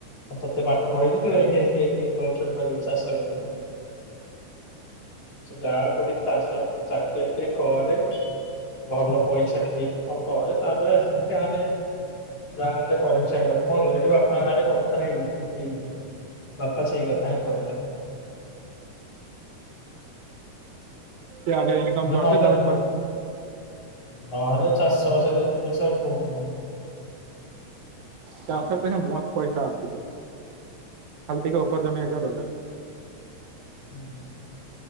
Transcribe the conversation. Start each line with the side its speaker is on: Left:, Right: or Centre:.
Left: ମୁଁ ତତେ ପାଠ ପଢେଇଛି ତୁ ଏଇଠି ଏଇ <inaudible> ଏଗ୍ରିକଲ୍ଚର କରିବୁ ଚାଷ କରିବୁ। ଯାହା କୋଉଠି ଚାଷ ଚାକିରି ବାକିରି କରେ ଭଲ ପଇସା ଟିକେ ଇନକମ କରେ ତାପରେ ଆସିକି ଗାଁରେ ଯାହା ହେଲେ କରିବୁ ସେୟା କରେ ମୁଁ ଅଲରେଡି ବାପାଙ୍କ ସାଙ୍ଗରେ କଥା ହେଇଥିଲି ସେଇ ବିଷୟରେ ବାପା ସେଇ କଥା ହିଁ କହିଲା।
Right: ଇଆଡ଼େ
Left: କିନ୍ତୁ
Right: ନମ୍ବର
Left: ନହେଲେ
Right: ଦେ ତାପରେ ପରେ କ
Left: ନହେଲେ ଚାଷ ବାସରେ ଯେତେ ପଇସା ଆଉ କୋଉଠି ନାହିଁ।
Right: ଚାଷରେ ଦେଖ ବହତ ପଇସା ଆସୁଛ ଖାଲି ଟିକେ ଉପର ଜମି ହେଇଥିବା ଦରକାର।
Left: ନାହିଁ।